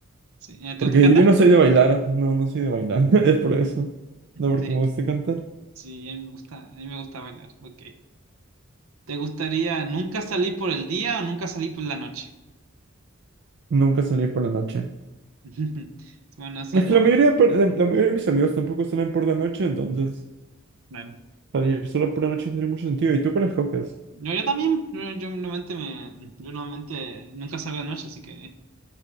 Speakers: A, on the right; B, on the right.
A: Sí. Eh, ¿Te
B: Porque
A: gusta cantar?
B: yo no soy de bailar. No, no soy de bailar. <laughs> Es por
A: Ujú.
B: eso. No, porque
A: Sí,
B: me gusta cantar.
A: sí, a mí me gusta, a mí me gusta bailar. Ok. ¿Te gustaría nunca salir por el día o nunca salir por la noche?
B: Nunca salir por la noche.
A: <laughs> Bueno, son
B: Es que
A: ramen.
B: la mayoría de, per- de- la mayoría de mis amigos tampoco salen por la noche, entonces
A: ramen.
B: salir solo por la noche no tiene mucho sentido. ¿Y tú cuáles coges?
A: Yo, yo también, yo, yo normalmente me, yo normalmente nunca salgo de noche, así que.